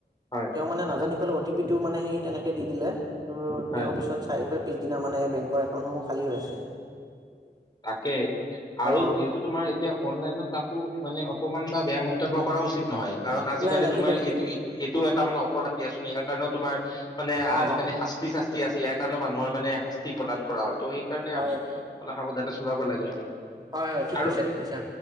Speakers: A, on the left (about 25°); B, on the right (about 25°).
A: হয়।
B: তেওঁ মানে নাজানি পেলাই অ' টি পি টো মানে সেই তেনেকে দি দিলে সেইটো
A: হয়
B: তেওঁৰ পিছত <unintelligible> পিছদিনা মানে বেংকৰ একাউণ্টসমূহ খালী হৈ আছে।
A: তাকে আৰু
B: অ
A: যিহেতু তোমাৰ এতিয়া অনলাইনত কাকো মানে অপমান বা বেয়া মন্তব্য কৰা উচিত নহয় কাৰণ, আজিকালি
B: নাই নাই
A: তোমাৰ
B: ঠিকে ঠিকে
A: এইটো সেইটোও এটা মানে অপৰাধ দিয়াচোন ইয়াৰ কাৰণেও তোমাৰ মানে
B: অ
A: আজিকালি শাস্তি চাস্তি আছে ইয়াৰ কাৰণেও মানুহৰ মানে শাস্তি প্ৰদান কৰা হয়, ত' সেইকাৰণে
B: হয়
A: আমি অলপ সাৱধানে চলাব লাগে আৰু।
B: হয়, হয়, ঠিক
A: আৰু
B: কৈছা ঠিক কৈছা।